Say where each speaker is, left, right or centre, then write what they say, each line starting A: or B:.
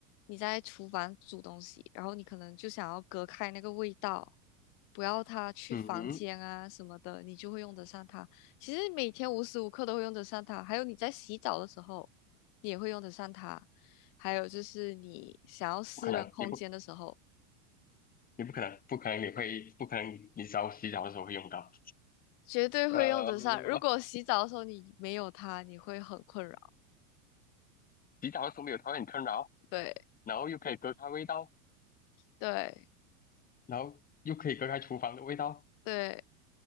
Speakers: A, on the left; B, on the left.
A: 你在厨房煮东西，然后你可能就想要隔开那个味道，不要它去房间啊什么的，
B: 嗯哼，
A: 你就会用得上它。其实每天无时无刻都会用得上它，还有你在洗澡的时候，你也会用得上它。还有就是你想要私人空间的时候，
B: 不可能，你不。你不可能，不可能你会，不可能你只要洗澡的时候会用到。
A: 绝对会用得上。
B: 呃，
A: 如果洗澡的时候你没有它，你会很困扰。
B: 洗澡的时候没有它会很困扰，
A: 对
B: 然后又可以隔开味道，
A: 对
B: 然后又可以隔开厨房的味道，
A: 对，